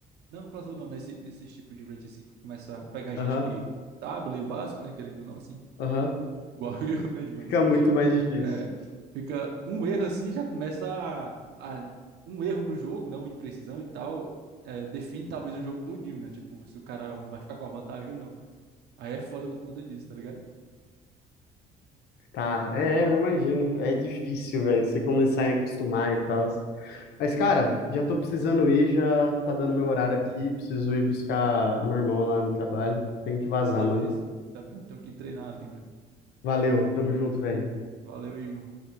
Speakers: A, on the right (about 75°); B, on the left (about 75°).
A: não, no platô não, nesse, nesse tipo de rate assim que começa a pegar
B: Aham,
A: gente que sabe ler o básico, né? Querendo ou não, assim,
B: aham.
A: igual <laughs> eu, né? Digamos
B: Fica
A: assim.
B: muito mais difícil.
A: É, fica um erro assim, já começa a, a- um erro no jogo, né? Uma imprecisão e tal, é, define talvez o jogo todinho, né? Tipo, se o cara vai ficar com a vantagem ou não. Aí é foda por conta disso, tá ligado?
B: Tá, é, é, eu imagino. É difícil, velho, você começar a acostumar e tal. Mas, cara, já tô precisando ir, já tá dando meu horário aqui. Preciso ir buscar meu irmão lá no trabalho. Tenho que vazar,
A: Beleza.
B: mano.
A: Também eu tenho que treinar ali mesmo.
B: Valeu, tamo junto, velho.
A: Valeu, Ivan.